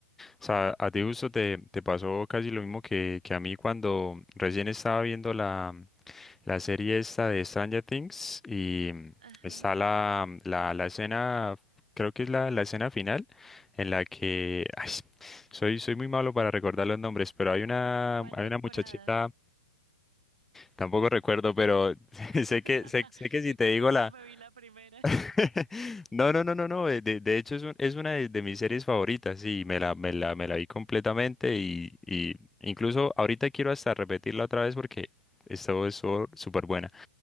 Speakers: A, in the centre; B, on the right.
A: O sea, a ti justo te, te pasó casi lo mismo que, que a mí cuando recién estaba viendo la, la serie esta de Stranger Things y
B: Ajá.
A: está la, la, la escena, creo que es la, la escena final en la que, ay, soy, soy muy malo para recordar los nombres, pero hay una,
B: ¿Cuál
A: hay
B: temporada?
A: una muchachita, tampoco recuerdo, pero <laughs>
B: <laughs>
A: sé que, sé, sé que si
B: Es
A: te
B: que
A: digo
B: solo
A: la
B: me vi la primera.
A: <laughs> No, no, no, no, no. De, de- de hecho, es, un- es una de, de mis series favoritas. y me la, me la, me la vi completamente. Y, y incluso ahorita quiero hasta repetirla otra vez porque esto es súper buena.